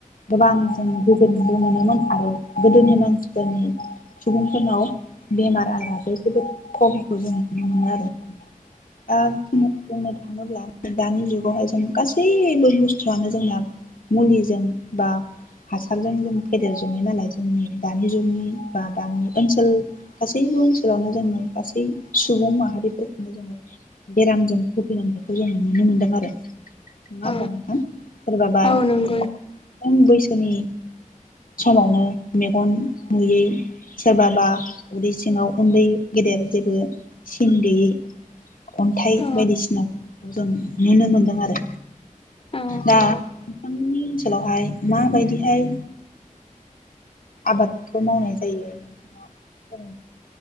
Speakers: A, on the left; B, on the left.
A: गोबां जो गोजोनबो मोनोमोन आरो गोदोनि मानसिफोरनि सुबुंफोरनाव बेमार आजाराबो जोबोद खमखौ जों नुनो मोनो आरो आ बुंनो था थाङोब्ला दानि जुगावहाय जों गासैबो बुस्थुआनो जोंना मुलिजों बा हासारजों जों फेदेर जनाय नालाय जोंनि दानि जुगनि बा गामि ओनसोल गासैबो ओनसोलावनो जोङो गासै सुबुं माहारिफोरखौनो जोङो बेरामजों भुगिनांनायखौ जोङो नुनो मोनदों आरो नङा
B: औ
A: होमबा नोंथां सोरबाबा
B: औ नंगौ
A: खम बैसोनि समावनो मेगन नुयै सोरबाबा उदै सिङाव उन्दै गेदेर जेबो सिन गैयै अन्थाइ
B: औ
A: बायदिसिनाखौ जों नुनो मोनदों आरो
B: औ
A: दा नोंथांनि ओनसोलावहाय माबायदिहाय आबादखौ मावनाय जायो नोंथाङा फोर